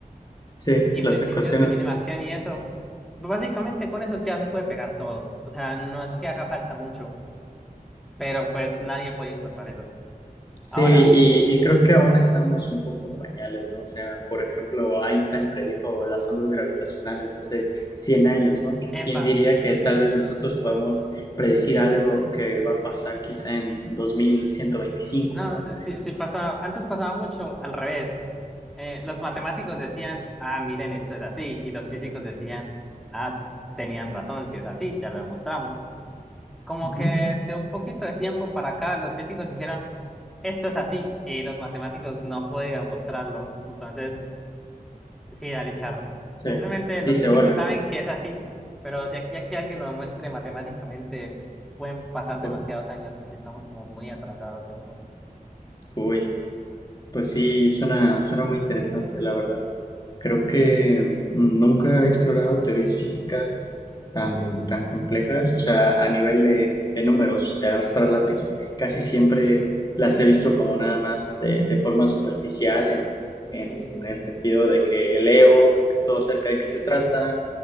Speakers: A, on the left (about 25°); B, in the centre.
A: sí,
B: y
A: las
B: principios
A: ecuaciones.
B: de mínima acción y eso, básicamente con eso ya se puede pegar todo. O sea, no es que haga falta mucho, pero pues nadie puede encontrar eso.
A: Sí,
B: Ahora,
A: y, y creo que aún estamos un poco en pañales, ¿no? O sea, por ejemplo, Einstein predijo las ondas gravitacionales hace 100 años, ¿no?
B: epa,
A: ¿Quién diría que tal vez nosotros podemos predecir algo que va a pasar quizá en dos mil ciento veinticinco
B: no,
A: ¿no?
B: si, si, si pasaba, antes pasaba mucho al revés. Eh, los matemáticos decían, ah, miren, esto es así, y los físicos decían, ah, tenían razón, si es así, ya lo demostramos. como
A: Ujú.
B: que de un poquito de tiempo para acá, los físicos dijeron, esto es así, y los matemáticos no han podido demostrarlo. Entonces, sí, dale charro. Simplemente
A: Sí, sí,
B: los
A: se
B: físicos
A: vuelve.
B: saben que es así, pero de aquí a que alguien lo demuestre matemáticamente, pueden pasar demasiados
A: ¿no?
B: años porque estamos como muy atrasados en eso.
A: Uy, pues sí, suena, suena muy interesante, la verdad. Creo que nunca he explorado teorías físicas tan, tan complejas, o sea, a nivel de, de números, de arrastrar lápiz. Casi siempre las he visto como nada más de, de forma superficial, en, en
B: Sí, sí.
A: el sentido de que leo todo acerca de qué se tratan,